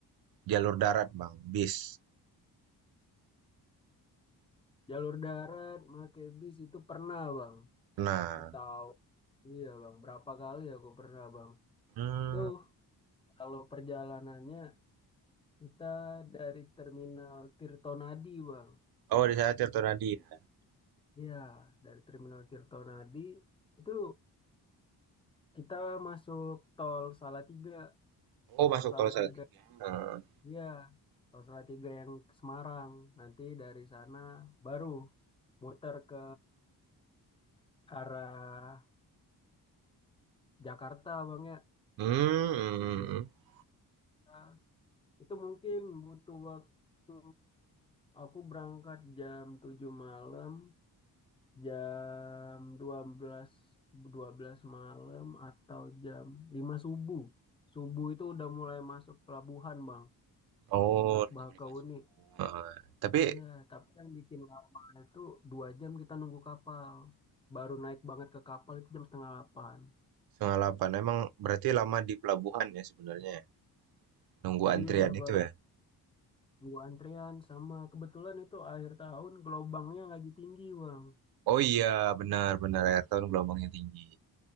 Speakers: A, on the right (about 70°); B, on the left (about 15°).
A: jalur darat Bang, bis?
B: Jalur darat, pakai bis itu pernah Bang.
A: Nah,
B: Tahu. Iya Bang. Berapa kali aku pernah Bang.
A: hmm.
B: Tuh kalau perjalanannya kita dari Terminal Tirtonadi Bang.
A: Oh, di sana Tirtonadi
B: Dan,
A: ya.
B: ya dari Terminal Tirtonadi itu kita masuk tol Salatiga.
A: Oh,
B: Tol
A: masuk
B: Salatiga
A: tol saya. Hmm.
B: Iya, Rosella 3 yang ke Semarang. Nanti dari sana baru muter ke arah Jakarta, Bang ya.
A: hmm, hmm.
B: Habis dari
A: hmm. hmm.
B: sana, itu mungkin butuh waktu aku berangkat jam 7 malam, jam dua belas dua belas malam atau jam lima subuh. Subuh itu udah mulai masuk pelabuhan, Bang.
A: Oh,
B: Merak Bakahuni.
A: jam 5. su heeh, tapi
B: Iya, tapi yang bikin lama itu dua jam kita nunggu kapal. Baru naik banget ke kapal itu jam setengah delapan.
A: setengah 8 emang berarti lama di pelabuhan ya sebenarnya ya? Nunggu antrian
B: Iya, Bang.
A: itu ya?
B: Nunggu antrian sama kebetulan itu akhir tahun gelombangnya lagi tinggi, Bang.
A: Oh iya, benar benar akhir tahun gelombangnya tinggi.